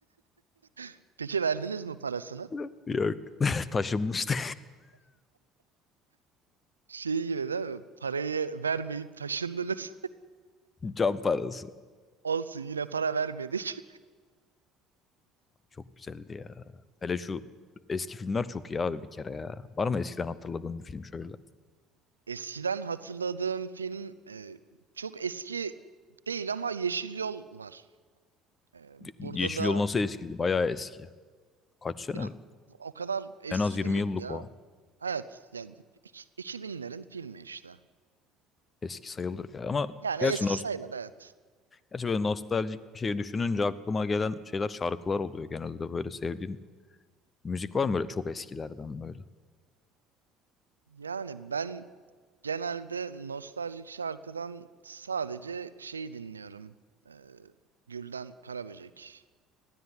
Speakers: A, on the right (about 85°); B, on the left (about 30°).
A: <laughs> Peki verdiniz mi parasını?
B: <laughs> Yok. <laughs> Taşınmıştı.
A: Şey gibi değil mi? Parayı vermeyip taşındınız.
B: Can parası.
A: <laughs> Olsun yine para vermedik.
B: Çok güzeldi ya. Hele şu eski filmler çok iyi abi bir kere ya. Var mı eskiden hatırladığın bir film şöyle?
A: <laughs> Eskiden hatırladığım film e, çok eski değil ama Yeşil Yol var. Ee,
B: Yeşil
A: burada da
B: Yol nasıl eskidi? Bayağı eski. Kaç sene?
A: ya o kadar eski
B: En az 20
A: değil
B: yıllık
A: ya.
B: o.
A: Evet yani iki- 2000'lerin filmi işte.
B: Eski sayılır ya. Ama
A: Yani
B: gerçi,
A: eski
B: nost
A: sayılır evet.
B: gerçi böyle nostaljik bir şey düşününce aklıma gelen şeyler şarkılar oluyor genelde. Böyle sevdiğin müzik var mı böyle çok eskilerden böyle?
A: Yani ben genelde nostaljik şarkıdan sadece şeyi dinliyorum. Ee, Gülden Karaböcek.